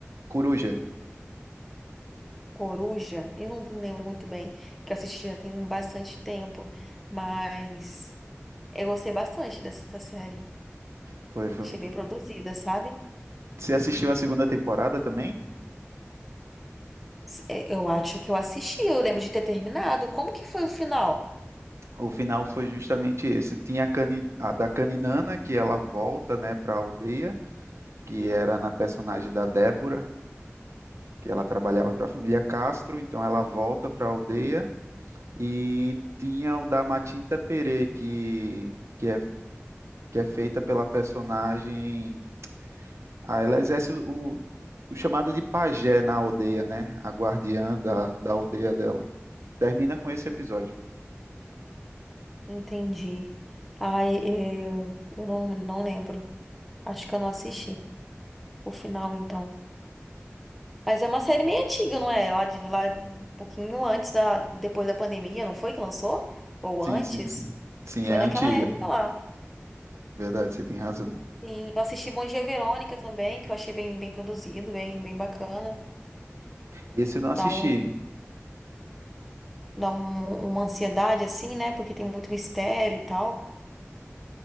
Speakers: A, on the right; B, in the centre.
A: Coruja.
B: Coruja, eu não lembro muito bem, que eu assisti já tem bastante tempo, mas eu gostei bastante dessa série.
A: Foi, foi
B: Achei
A: muito
B: bem produzida,
A: bom.
B: sabe?
A: Você assistiu a segunda temporada também?
B: S- é, Eu acho que eu assisti, eu lembro de ter terminado. Como que foi o final?
A: O final foi justamente esse. Tinha a, cani, a da Caninana, que ela volta, né, para a aldeia, que era na personagem da Débora. que ela trabalhava para a família Castro, então ela volta para a aldeia e tinha o da Matinta Perê, que, que, é, que é feita pela personagem. Ah, ela exerce o, o chamado de pajé na aldeia, né? A guardiã da, da aldeia dela. Termina com esse episódio.
B: Entendi. Ai, eu, eu não, não lembro. Acho que eu não assisti o final, então. Mas é uma série meio antiga, não é? Lá de lá um pouquinho antes da depois da pandemia, não foi que lançou? Ou
A: Sim,
B: antes?
A: sim, sim. Sim,
B: Foi
A: é
B: naquela
A: antiga.
B: época lá.
A: Verdade, você tem razão.
B: Eu assisti Bom Dia Verônica também, que eu achei bem, bem produzido, bem, bem bacana.
A: Esse eu não assisti.
B: Dá um, dá um- uma ansiedade assim, né? Porque tem muito mistério e tal.